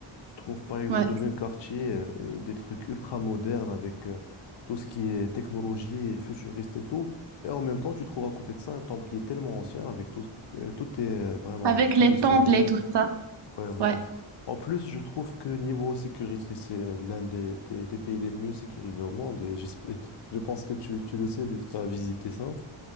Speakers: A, on the left; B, on the right.
A: Tu trouves par exemple
B: Ouais,
A: dans le même quartier euh, euh, des trucs ultra modernes avec euh, tout ce qui est technologie et futuriste et tout. Et en même temps, tu trouves à côté de ça un temple qui est tellement ancien avec tout, euh, tout est euh, vraiment
B: avec
A: traditionnel.
B: les temples et tout ça.
A: Ouais, voilà.
B: Ouais.
A: En plus, je trouve que niveau sécurité, c'est euh, l'un des, des- des pays les mieux sécurisés au monde et j'espère- je pense que tu, tu le sais vu que tu as visité ça.